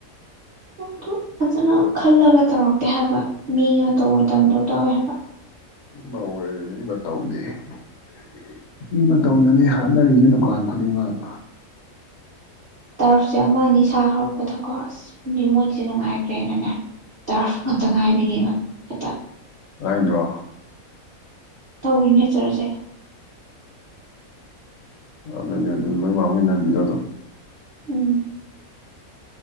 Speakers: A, on the right (about 45°); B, on the left (about 70°).
A: ꯑꯗꯨ ꯐꯖꯅ ꯈꯜꯂꯒ ꯇꯧꯔꯛꯇꯦ ꯍꯥꯏꯕ ꯃꯤꯒꯤ ꯃꯇꯧ ꯑꯣꯏꯝꯗꯣ ꯇꯧꯋꯦ ꯍꯥꯏꯕ
B: ꯇꯧꯋꯦ ꯃꯤ ꯃꯇꯧꯗꯤ ꯑꯗꯨꯏ ꯃꯤ ꯃꯇꯧꯗꯅꯦ ꯍꯥꯠꯅꯔꯤꯁꯦ ꯗꯨꯀꯥꯟ ꯈꯨꯗꯤꯡꯃꯛ
A: ꯇꯥꯔꯁ ꯑꯃꯅꯤ ꯁꯥ ꯍꯧꯔꯛꯄꯗꯀꯣ ꯑꯁ ꯃꯤ ꯃꯣꯏꯒꯤꯁꯦ ꯅꯨꯡꯉꯥꯏꯈ꯭ꯔꯦꯅꯅꯦ ꯇꯔꯐ ꯉꯥꯛꯇ ꯉꯥꯏꯕꯤꯅꯦꯕ ꯍꯦꯛꯇ
B: ꯍꯥꯏꯥꯏꯗ꯭ꯔꯣ
A: ꯇꯧꯔꯤꯅꯦ ꯆꯔꯁꯦ
B: ꯎ ꯎ ꯑꯗꯨꯅꯤ ꯑꯗꯨꯝ ꯂꯣꯏ ꯃꯥꯡꯃꯤ ꯅꯝꯕꯤꯔ ꯑꯗꯨꯝ
A: ꯎꯝ